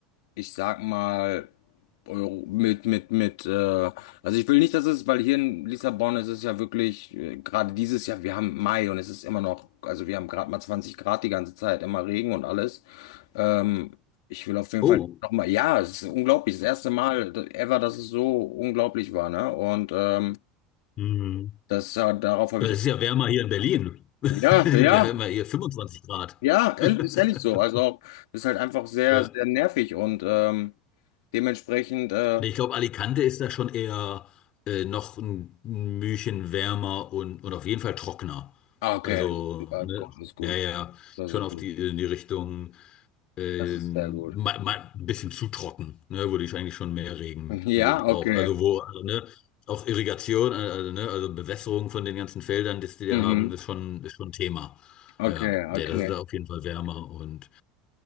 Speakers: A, on the left (about 85°); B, on the left (about 40°).
A: ich sag mal, Euro, mit, mit, mit, äh, also ich will nicht, dass es, weil hier in Lissabon ist es ja wirklich, äh, gerade dieses Jahr, wir haben Mai und es ist immer noch, also wir haben gerade mal 20 Grad die ganze Zeit, immer Regen und alles. Ähm, ich will auf jeden
B: Oh.
A: Fall nochmal, ja, es ist unglaublich, das erste Mal ever, dass es so unglaublich war, ne? Und ähm,
B: Mhm.
A: das, äh, darauf habe
B: Das
A: ich,
B: ist ja wärmer hier in Berlin. <laughs>
A: ja,
B: Wir
A: ja,
B: haben ja hier 25 Grad.
A: ja, ehrlich- ist
B: <laughs>
A: ehrlich so. Also auch, ist halt einfach sehr,
B: Ja.
A: sehr nervig und ähm, Dementsprechend äh,
B: Nee, ich glaube, Alicante ist da schon eher äh, noch ein ein Mühchen wärmer und, und auf jeden Fall trockener.
A: Ah, Okay,
B: Also,
A: das
B: ne,
A: ist gut, das ist gut.
B: ja, ja, ja.
A: Das
B: schon
A: ist
B: auf
A: gut.
B: die, in die Richtung. ähm,
A: Das ist sehr gut.
B: mal, mal ein bisschen zu trocken, ne, wo ich eigentlich schon mehr Regen
A: Ja,
B: gebraucht.
A: okay.
B: Also wo, also, ne, auch Irrigation, äh, also, ne, also Bewässerung von den ganzen Feldern, die die
A: Mhm.
B: da haben, ist schon, ist schon Thema.
A: Okay,
B: Ja, nee,
A: okay.
B: das ist da auf jeden Fall wärmer und